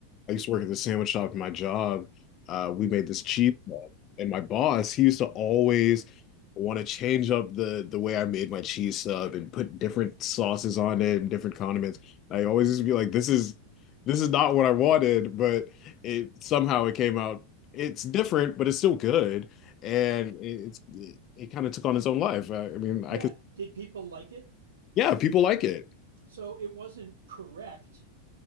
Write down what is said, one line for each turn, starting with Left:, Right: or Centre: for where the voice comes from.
Left: I used to work at the sandwich shop in my job. Uh, we made this cheese sub, and my boss, he used to always want to change up the the way I made my cheese sub and put different sauces on it and different condiments. I always used to be like, this is this is not what I wanted, but it somehow it came out. It's different, but it's still good, and it, it's it, it kind of took on its own life. I, I mean, I
Right: Yeah.
Left: could,
Right: Did people like it?
Left: yeah, people like it.
Right: So it wasn't correct